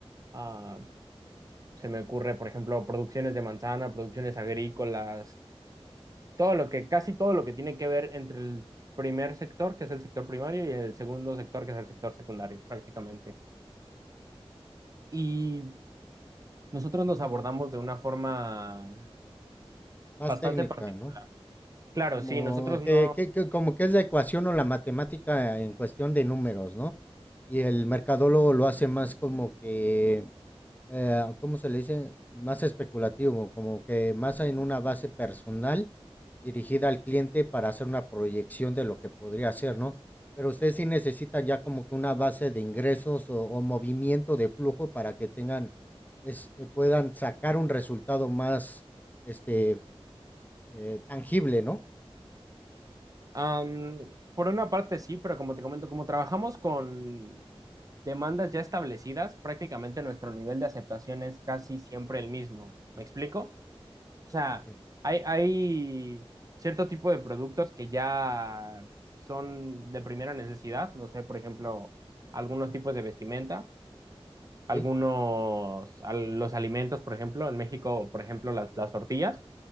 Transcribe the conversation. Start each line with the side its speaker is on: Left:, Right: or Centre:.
Right: ah, se me ocurre, por ejemplo, producciones de manzana, producciones agrícolas, todo lo que, casi todo lo que tiene que ver entre el primer sector, que es el sector primario, y el segundo sector, que es el sector secundario, prácticamente. Y nosotros los abordamos de una forma
Left: Más
Right: bastante
Left: técnica,
Right: particular.
Left: ¿no?
Right: Claro,
Left: Como
Right: sí, nosotros
Left: que
Right: no.
Left: que que como que es la ecuación o la matemática en cuestión de números, ¿no? Y el mercadólogo lo hace más como que, eh, ¿cómo se le dice? Más especulativo, como que más en una base personal dirigida al cliente para hacer una proyección de lo que podría hacer, ¿no? Pero ustedes sí necesitan ya como que una base de ingresos o o movimiento de flujo para que tengan es eh, puedan sacar un resultado más, este, eh, tangible, ¿no?
Right: am, por una parte sí, pero como te comento, como trabajamos con demandas ya establecidas, prácticamente nuestro nivel de aceptación es casi siempre el mismo. ¿Me explico? O sea,
Left: Sí.
Right: hay, hay cierto tipo de productos que ya son de primera necesidad, no sé, por ejemplo, algunos tipos de vestimenta, algunos,
Left: Okey,
Right: al- los alimentos, por ejemplo, en México, por ejemplo, las, las tortillas.